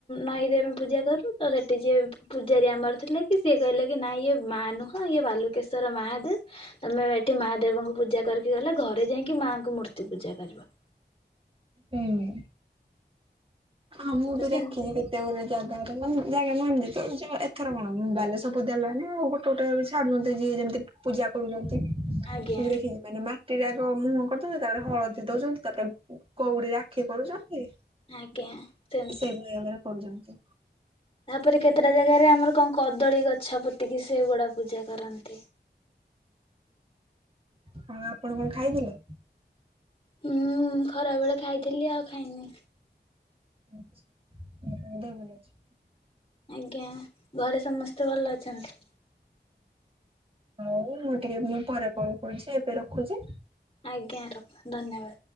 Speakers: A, on the left; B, on the right.
A: ନଈରେ ଆମେ ପୂଜା କରୁ। ତ ସେଠି ଯିଏ ପୂଜାରୀ ଆମର ଥିଲା କି ସିଏ କହିଲେ କି ନାଇ ଇଏ ମା ନୁହଁ ଇଏ ବାଲୁକେଶଵର ମାହା ତମେ ଏଠି ମାହା ଦେବଙ୍କୁ ପୂଜା କରିକି ଗଲେ ଘରେ ଯାଇକି ମାଙ୍କୁ ମୂର୍ତ୍ତି ପୂଜା କରିବ। <inaudible>
B: ହୁଁ ହ
A: ତାପରେ
B: ମୁଁ ତ
A: ସେମିତି
B: ଦେଖଛି କେତେ ଗୁଟେ ଜାଗା ମାନେ ଜାଗା ନ ଆ ଏଥର କଣ ବାଲେଶ୍ୱଵ ପୂଦା ଲାନେ ଆଉ ଗୋଟେ ଗୋଟେ ବି ଛଡୁଛନ୍ତି ଯିଏ ଯେମିତି ପୂଜା କରୁଛନ୍ତି
A: ଆଜ୍ଞା
B: ମୁ ବି ରଖିଛି ମାନେ ମାଟିରେ ଆଗ ମୁହଁ କରିଦଉଛନ୍ତି ତାପରେ ହଳଦୀ ଦଉଛନ୍ତି ତାପରେ କଉଡି ରାକ୍ଷୀ କରୁଛନ୍ତି
A: ଆଜ୍ଞା ସେମିତି।
B: ସେଇଭଳି ଭାବରେ କରୁଛନ୍ତି।
A: ତାପରେ କେତେଟା ଜାଗାରେ ଆମର କଣ କଦଳୀ ଗଛ ପୋତିକି ସେଗୁଡା ପୂଜା କରନ୍ତି।
B: ହଁ ଆପଣ କଣ ଖାଇଥିଲେ?
A: ହୁଁ ଖରା ବେଳେ ଖାଇଥିଲି ଆଉ ଖାଇନି।
B: ଆଛା ଆ ଦେହ ଭଲ ଅଛି।
A: ଆଜ୍ଞା ଘରେ ସମସ୍ତେ ଭଲ ଅଛନ୍ତି।
B: ହଁ ହଉ ମୁଁ ଟିକେ ମୁଁ ପରେ କଲ କହୁଛି ଏବେ ରଖୁଛି।
A: ଆଜ୍ଞା ରଖ ଧନ୍ୟବାଦ।